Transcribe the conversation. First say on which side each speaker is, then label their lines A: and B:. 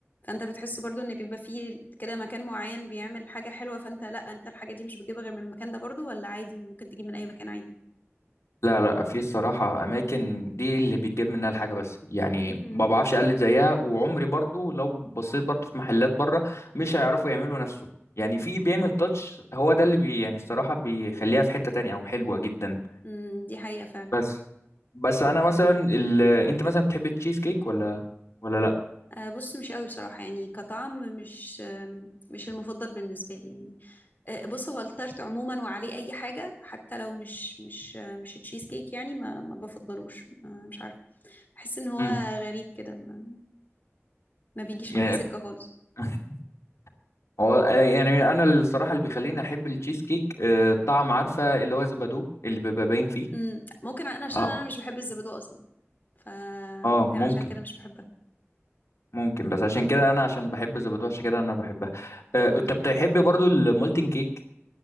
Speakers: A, on the left; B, on the left.
A: فانت بتحس برضو ان بيبقى فيه كده مكان معين بيعمل حاجة حلوة فانت لا انت الحاجة دي مش بتجيبها غير من المكان ده برضو ولا عادي ممكن تجيب من اي مكان عادي
B: لا لا في الصراحه اماكن دي اللي بيتجاب منها الحاجه بس يعني
A: امم
B: ما بعرفش اقلد زيها وعمري برضه لو بصيت برضه في محلات بره مش هيعرفوا يعملوا نفسه يعني في بيعمل تاتش هو ده اللي بي يعني الصراحه بيخليها في حته تانية او حلوه جدا
A: أمم، دي حقيقة فعلا
B: بس بس انا مثلا ال... انت مثلا بتحب التشيز كيك ولا ولا لا
A: آه، بص مش قوي بصراحة يعني كطعم مش آم، مش المفضل بالنسبة لي يعني آه، بص هو التارت عموما وعليه أي حاجة حتى لو مش مش آه، مش تشيز كيك يعني ما ما بفضلوش ما مش عارفة بحس إن هو
B: امم
A: غريب كده ما, ما بيجيش
B: يعني
A: معايا سكة خالص
B: <laughs> هو يعني انا الصراحه اللي بيخليني احب التشيز كيك آه، الطعم عارفه اللي هو زبادو اللي بيبقى باين فيه
A: مم، ممكن أنا عشان
B: اه
A: أنا مش بحب الزبادو أصلا فممكن
B: اه ممكن
A: عشان كده مش بحبها
B: ممكن بس عشان كده انا عشان بحب الزبادو عشان كده انا بحبها آه،
A: مم.
B: انت بتحب برضو المولتن كيك